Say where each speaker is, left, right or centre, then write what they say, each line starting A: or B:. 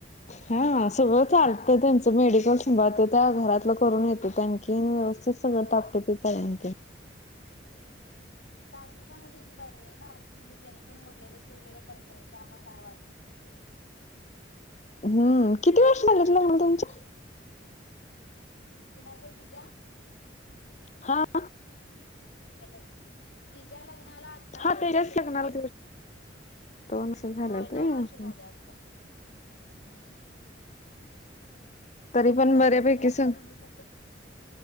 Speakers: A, on the left (about 40°); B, on the left (about 70°).
A: हा सगळं चालत त्यांचं मेडिकल सांभाळत्याता घरातलं करून येतं त्या आणखीन सगळं
B: होय.
A: टापटेपीता आणक
B: सासू पण त्याचे बरे आहे ना म्हणजे त्यांनी पण उरलेलं, सुरलेलं करतात त्यामुळे काय वाटत नाही एवढ
A: हम्म किती वर्ष झालीत लग्नाला तुमच्या
B: कुणाच्या तिज्या
A: हा
B: हॅलो तिज्या लग्नाला आता
A: हा
B: दोन
A: त्याच्याच
B: वर्ष झाले
A: लग्नाला
B: बघा
A: दोन वर्ष झालेत
B: होय
A: व्हय
B: दोन वर्ष
A: हम्म
B: झाले आता हम्म
A: तरी
B: तुम्ही
A: पण
B: काय
A: बऱ्यापैकी
B: करताय? म्हणजे
A: सग
B: तुम्ही फक्त